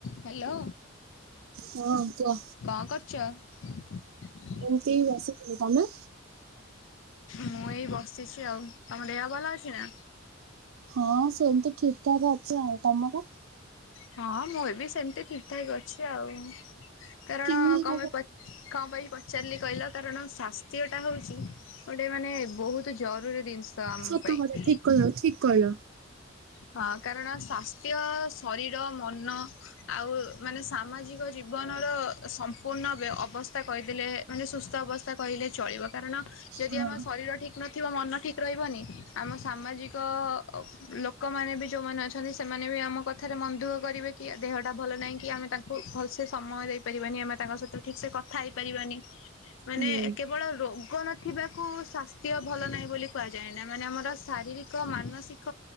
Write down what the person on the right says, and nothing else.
ହଁ କୁଅ?
ଏମତି ବସିଥିଲି ତମେ?
ହଁ ସେମିତି ଠିକ୍ ଠାକ୍ ଅଛି ଆଉ ତମର?
କେମିତି
କଣ
ସତ
କଥା ଠିକ୍ କହିଲ ଠିକ୍ କହିଲ।
ହଁ।
ହୁଁ